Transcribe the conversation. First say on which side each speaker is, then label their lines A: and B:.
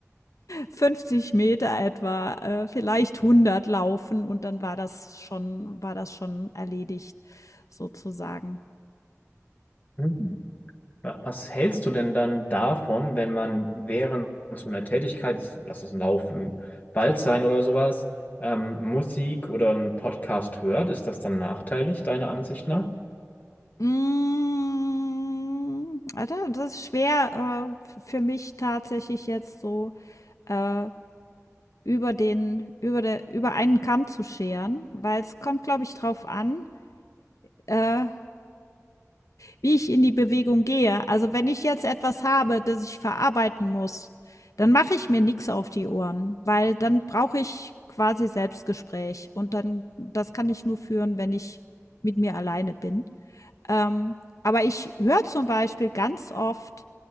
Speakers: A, on the left; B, on the left.
A: 50 Meter etwa, äh, vielleicht 100 laufen und dann war das schon, war das schon erledigt sozusagen.
B: Hm. Ja, was hältst du denn dann davon, wenn man während so einer Tätigkeit, lass es ein Lauf im Wald sein oder sowas, ähm, Musik oder einen Podcast hört? Ist das dann nachteilig, deiner Ansicht nach?
A: Hm, ah, da das ist schwer, äh, f für mich tatsächlich jetzt so, äh, über den über der über einen Kamm zu scheren, weil es kommt, glaube ich, drauf an, äh, wie ich in die Bewegung gehe. Also, wenn ich jetzt etwas habe, das ich verarbeiten muss, dann mache ich mir nichts auf die Ohren, weil dann brauche ich quasi Selbstgespräch und dann das kann ich nur führen, wenn ich mit mir alleine bin. Ähm, aber ich höre zum Beispiel ganz oft,